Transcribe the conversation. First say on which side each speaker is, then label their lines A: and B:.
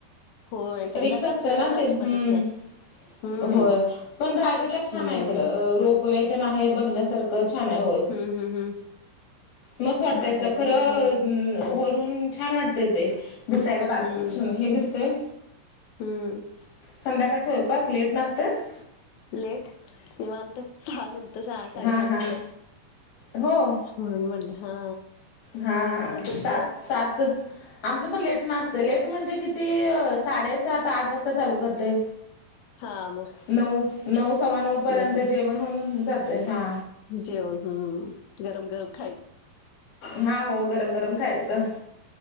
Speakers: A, on the left (about 85°); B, on the left (about 65°).
A: होय आणि संध्याकाळच्या
B: रिक्षा असत
A: वेळ
B: ना
A: तर अजिबातच
B: ते हम्म
A: नाही हम्म
B: हो पण रायगडला छान
A: म्हणून
B: आहे खं
A: मग
B: रोपवेथ नाही आहे बघण्यासारखं छान आहे होय
A: हम्म हम्म हम्म.
B: मस्त वाटतय
A: बघायचं
B: असं खरं
A: तिकडं मग.
B: वरून छान वाटतय ते दिसायला बारक
A: हम्म
B: हे दिसतय
A: हम्म
B: संध्याकास हो <inaudible>
A: लेट मी मानत सहा नंतर सहा साडेसहा
B: हा
A: नंतर
B: हा हो
A: म्हणून म्हटलं हा
B: हा हा सात
A: तुमचं
B: सात आमचं पण लेट नसते लेट म्हणजे किती साडेसात आठ वाजता चालू करते
A: हा मग
B: नऊ नऊ सव्वा नऊ पर्यंत
A: नऊपर्यंत
B: जेवण होउन जातंय हा
A: जेवण हम्म गरम गरम खायच
B: हा हो गरम गरम खायचं